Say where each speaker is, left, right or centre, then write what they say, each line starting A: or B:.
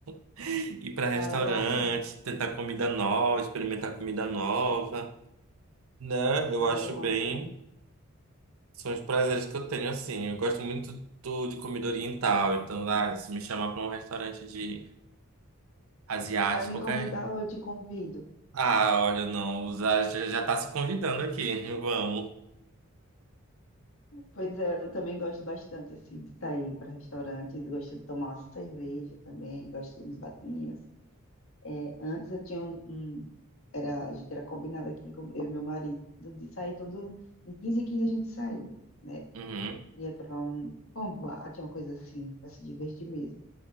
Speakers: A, on the right; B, on the left.
A: <laughs> ir para restaurante,
B: Ah, eu amo também.
A: tentar comida nova, experimentar comida nova. Né? Eu
B: Ah,
A: acho
B: eu
A: bem.
B: amo também.
A: São os prazeres que eu tenho, assim. Eu gosto muito do, de comida oriental. Então, ah, se me chamar pra um restaurante de asiático,
B: Vai me
A: qualquer.
B: convidar ou eu te convido?
A: Ah, olha, não. o Zá Já, já tá se convidando aqui. <laughs> Vamos.
B: Pois é, eu também gosto bastante, assim, de sair para restaurantes, gosto de tomar uma cerveja também, gosto de ir nos barzinhos. É, antes eu tinha um, um- era, a gente era combinado aqui, com eu e meu marido, de sair todo, em quinze em 15 a gente saía, né?
A: Uhum.
B: Ia para um bom boate, uma coisa assim, para se divertir mesmo.